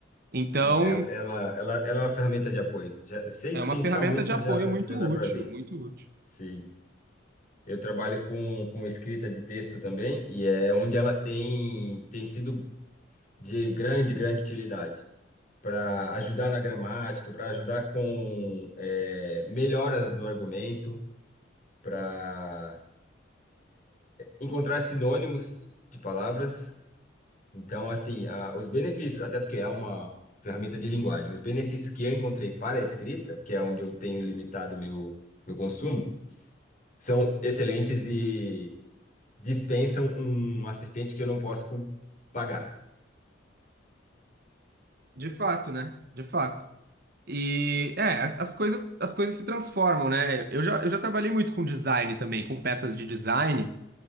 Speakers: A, on the right; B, on the left.
A: Então,
B: É, ela, ela, ela, ela é uma ferramenta de apoio. Já, sem
A: é uma
B: pensar
A: ferramenta
B: muito,
A: de apoio
B: já,
A: muito
B: já dá
A: útil,
B: para ver.
A: muito útil.
B: Sim, eu trabalho com, com escrita de texto também, e é onde ela tem, tem sido de grande, grande utilidade. para ajudar na gramática, para ajudar com é, melhoras do argumento, para encontrar sinônimos de palavras. Então, assim, a- os benefícios, até porque é uma ferramenta de linguagem, os benefícios que eu encontrei para a escrita, que é onde eu tenho limitado meu meu consumo, são excelentes e dispensam um assistente que eu não posso com- pagar.
A: De fato, né? De fato. E é, as, as coisas, as coisas se transformam, né? Eu já, eu já trabalhei muito com design também, com peças de design,